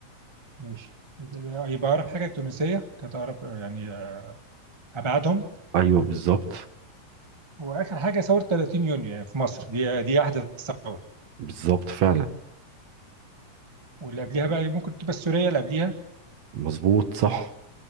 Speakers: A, on the right; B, on the right.
A: ماشي يبقى أقرب حاجة التونسية كانت أقرب آه، يعني آه، أبعدهم
B: ايوه بالظبط
A: وآخر حاجة ثورة 30 يونيو يعني في مصر دي دي أحدث ثورة
B: بالظبط فعلا
A: واللي قبليها بقى ممكن تبقى السورية اللي قبليها
B: مظبوط صح